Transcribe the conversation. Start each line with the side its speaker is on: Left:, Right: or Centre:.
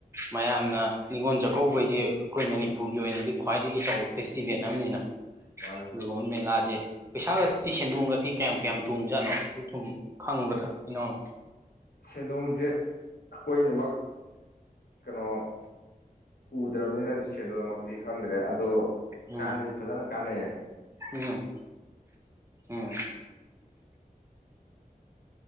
Right: ꯃꯌꯥꯝꯅ ꯅꯤꯡꯅꯤꯉꯣꯜ ꯆꯥꯛꯀꯧꯕꯩꯁꯤ ꯑꯩꯈꯣꯏ ꯃꯅꯤꯄꯨꯔꯒꯤ ꯑꯣꯏꯅꯗꯤ ꯈ꯭ꯋꯥꯏꯗꯒꯤ ꯆꯥꯎꯕ ꯐꯦꯁꯇꯤꯚꯦꯜ ꯑꯝꯅꯤꯅ
Left: ꯃꯥꯅꯦ
Right: ꯑꯗꯨꯒꯨꯝꯕ
Left: ꯃꯥꯅꯦ
Right: ꯃꯦꯂꯥꯁꯦ ꯄꯩꯁꯥꯒꯗꯤ ꯁꯦꯟꯗꯣꯡꯒꯗꯤ ꯀꯌꯥꯝ ꯀꯌꯥꯝ ꯇꯣꯝꯖꯥꯠꯅꯣ ꯁꯨꯝ ꯈꯪꯕꯗ ꯏꯅꯥꯎꯅ
Left: ꯁꯦꯟꯗꯣꯡꯁꯦ ꯑꯩꯈꯣꯏꯅꯃꯛ ꯀꯩꯅꯣ ꯎꯗ꯭ꯔꯕꯅꯤꯅꯗꯤ ꯁꯦꯟꯗꯣꯡꯃꯛꯇꯤ ꯈꯪꯗ꯭ꯔꯦ ꯑꯗꯣ
Right: ꯎꯝ
Left: ꯀꯥꯟꯗꯤ ꯐꯖꯅ ꯀꯥꯟꯅꯩ
Right: ꯎꯝ ꯎꯝ